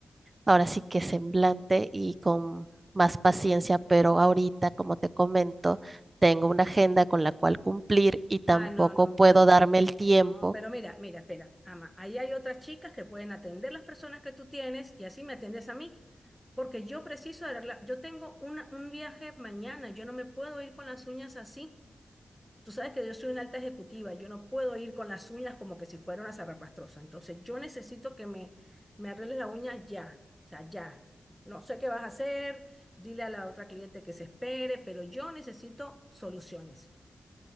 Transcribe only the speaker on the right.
ahora sí que semblante y con más paciencia, pero ahorita, como te comento, tengo una agenda con la cual cumplir y tampoco
puedo
darme el tiempo